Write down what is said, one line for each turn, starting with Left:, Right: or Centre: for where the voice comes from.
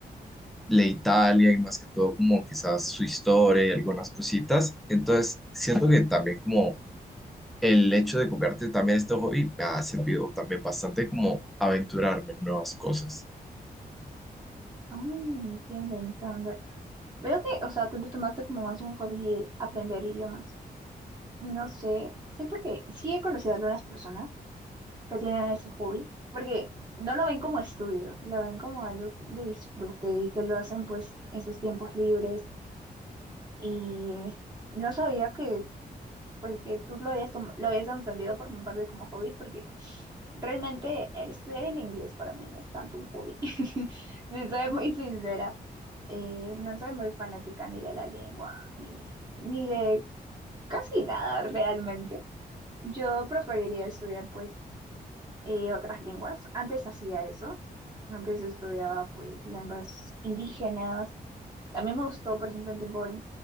Centre: de Italia y más que todo como quizás su historia y algunas cositas. Entonces, siento que también como el hecho de copiarte también este hobby me ha servido también bastante como aventurarme en nuevas cosas.
Right: Aún no entiendo tanto. Veo que, o sea, tú lo tomaste como más un hobby eh, aprender idiomas. No sé, siento que sí he conocido a algunas personas que tienen ese hobby, porque no lo ven como estudio, lo ven como algo que- de disfrute y que lo hacen pues en sus tiempos libres Y no sabía que, pues, que tú lo habías, tom- lo habías entendido por mi parte como hobby, porque realmente el estudiar el inglés para mí no es tanto un hobby. <laughs> Si soy muy sincera, eh, no soy muy fanática ni de la lengua, ni, ni de casi nada realmente. Yo preferiría estudiar, pues, eh, otras lenguas. Antes hacía eso. Antes estudiaba, pues, lenguas indígenas. También me gustó, por ejemplo, en tiempo